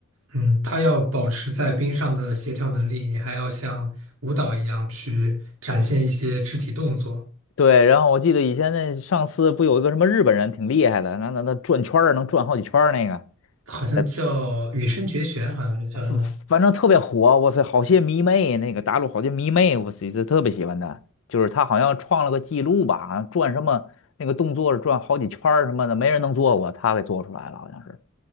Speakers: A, on the right (about 75°); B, on the left (about 65°).
A: 嗯，他要保持在冰上的协调能力，你还要像舞蹈一样去展现一些肢体动作，
B: 对，然后我记得以前那上次不有一个什么日本人挺厉害的，那那那转圈儿能转好几圈儿那个，
A: 好像叫羽生结弦，
B: 呃，
A: 好像是叫什么？
B: 反反正特别火，哇塞，好些迷妹，那个大陆好些迷妹，我塞，这特别喜欢他，就是他好像创了个记录吧，好像转什么那个动作是转好几圈儿什么的，没人能做过，他给做出来了，好像是，